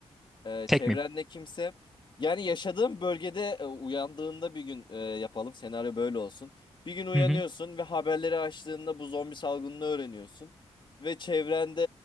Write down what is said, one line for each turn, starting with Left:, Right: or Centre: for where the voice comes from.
Left: Ee,
Centre: Tek
Left: çevrende
Centre: miyim?
Left: kimse. Yani yaşadığın bölgede e, uyandığında bir gün e, yapalım. Senaryo böyle olsun. Bir gün uyanıyorsun
Centre: Hı hı.
Left: ve haberleri açtığında bu zombi salgınını öğreniyorsun. Ve çevrende